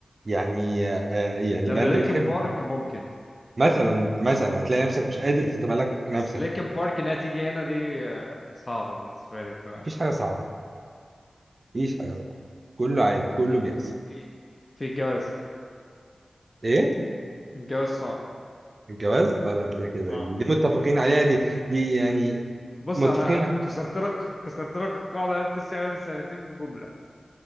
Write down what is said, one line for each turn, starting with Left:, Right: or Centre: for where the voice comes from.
Right: يعني آه، يعني
Left: لولا
Right: باند
Left: لينكن
Right: بتحبه
Left: بارك ممكن
Right: مثلا مثلا هتلاقي نفسك مش قادر تتملك نفسك
Left: بس لينكن بارك انها تيجي هنا دي آه، صعبه بالنسبه لي انت فاهم
Right: مفيش حاجه صعبه مفيش حاجه صعبه كله عادي كله
Left: في
Right: بيحصل
Left: في في الجواز
Right: ايه
Left: الجواز صعب
Right: الجواز اه لا كده كده
Left: اه
Right: دي, دي متفقين عليها دي دي يعني
Left: بص
Right: متفقين
Left: انا كسرت لك كسرت لك القاعده اللي انت سألها من سنتين بجمله